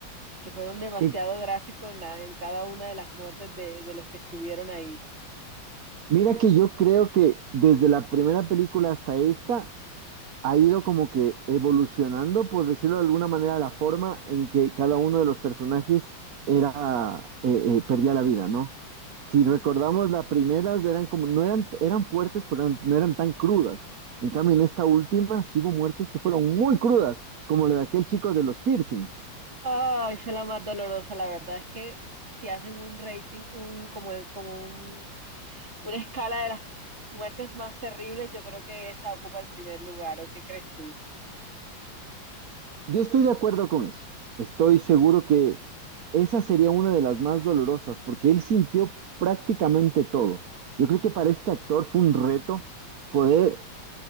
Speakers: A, on the right; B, on the right.
A: que fueron demasiado
B: Y
A: gráficos en, la- en cada una de las muertes de, de los que estuvieron ahí?
B: mira que yo creo que desde la primera película hasta esta ha ido como que evolucionando, por decirlo de alguna manera, la forma en que cada uno de los personajes era, eh, eh, perdía la vida, ¿no? Si recordamos, las primeras eran como, no eran, eran fuertes, pero eran- no eran tan crudas. En cambio, en esta última sí hubo muertes que fueron muy crudas, como la de aquel chico de los piercings.
A: Ay, fue la más dolorosa, la verdad es que si hacen un rating, un, como, como un, una escala de las muertes más terribles, yo creo que esa ocupa el primer lugar, ¿o qué crees tú?
B: Yo estoy de acuerdo con eso. Estoy seguro que esa sería una de las más dolorosas porque él sintió prácticamente todo. Yo creo que para este actor fue un reto poder